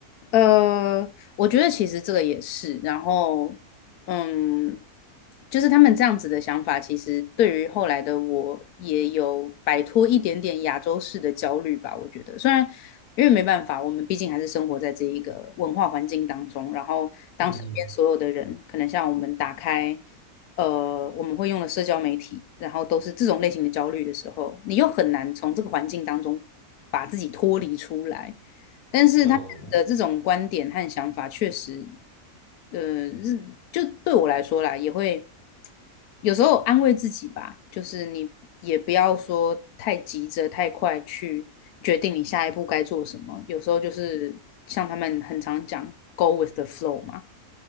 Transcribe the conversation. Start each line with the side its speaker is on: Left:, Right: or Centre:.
Left: 呃，我觉得其实这个也是，然后，嗯，就是他们这样子的想法，其实对于后来的我也有摆脱一点点亚洲式的焦虑吧。我觉得，虽然因为没办法，我们毕竟还是生活在这一个文化环境当中，然后当身边所有的人，
Right: 嗯
Left: 可能像我们打开，呃，我们会用的社交媒体，然后都是这种类型的焦虑的时候，你又很难从这个环境当中把自己脱离出来。但是他们的这种观点和想法确实，
Right: 嗯
Left: 呃，日就对我来说啦，也会有时候安慰自己吧，就是你也不要说太急着、太快去决定你下一步该做什么。有时候就是像他们很常讲
Right: 嗯。
Left: “go with the flow” 嘛，